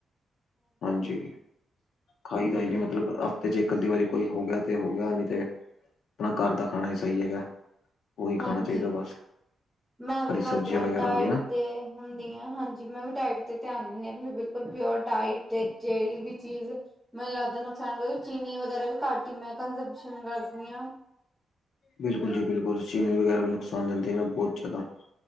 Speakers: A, on the left; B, in the centre.
A: ਹਾਂਜੀ ਖਾਈ ਦਾ ਈ ਨੀ ਮਤਲਬ ਹਫ਼ਤੇ ਚ ਇੱਕ ਅੱਧੀ ਵਾਰੀ ਕੋਈ ਹੋ ਗਿਆ ਤੇ ਹੋ ਗਿਆ ਨੀ ਤੇ ਆਪਣਾ ਘਰ ਦਾ ਖਾਣਾ ਈ ਸਈ ਹੈਗਾ ਉਹੀ ਖਾਣਾ
B: ਹਾਂਜੀ
A: ਚਾਹੀਦਾ ਬਸ
B: ਮੈਂ ਵੀ
A: ਹਰੀ
B: ਵੱਧ
A: ਸਬਜ਼ੀਆਂ
B: ਤੋਂ ਵੱਧ
A: ਵਗੈਰਾ
B: ਡਾਈਟ
A: ਹੋ ਗਈਆਂ
B: ਤੇ ਹੁੰਦੀ ਆ ਹਾਂਜੀ ਮੈਂ ਵੀ ਡਾਇਟ ਤੇ ਧੇਆਨ ਦਿੰਨੀ ਆ ਮੈਨੂੰ ਬਿਲਕੁਲ ਪਿਓਰ ਡਾਇਟ ਤੇ ਜਿਹੜੀ ਵੀ ਚੀਜ਼ ਮੈਨੂੰ ਲੱਗਦਾ ਨੁਕਸਾਨ ਕਰ ਚੀਨੀ ਵਗੈਰਾ ਵੀ ਘਟ ਈ ਮੈਂ ਕੰਜਪਸ਼ਨ ਕਰਦੀ ਆ
A: ਬਿਲਕੁਲ ਜੀ ਬਿਲਕੁਲ ਚੀਨੀ ਵਗੈਰਾ ਵੀ ਨੁਕਸਾਨ ਦਿੰਦੇ ਨਾ ਬਹੁਤ ਜਾੱਦਾ